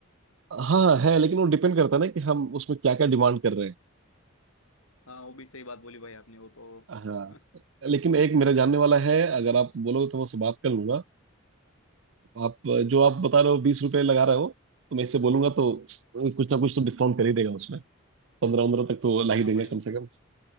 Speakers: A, on the right; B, on the left.
A: हाँ है लेकिन वो डिपेंड करता है ना कि हम उसमें क्या क्या डिमांड कर रहे हैं
B: हाँ वो भी सही बात बोली भाई आपने वो तो
A: अ, हाँ
B: <laughs>
A: लेकिन एक मेरा जानने वाला है अगर आप बोलोगे तो मैं उससे बात कर लूंगा अ, आप जो आप बता रहे हो बीस रुपए लगा रहे हो तो मैं इससे बोलूंगा तो कुछ ना कुछ तो डिस्काउंट कर ही देगा उसमें पंद्रह पंद्रह तक तो ला ही
B: हाँ
A: देंगे
B: भाई
A: कम से कम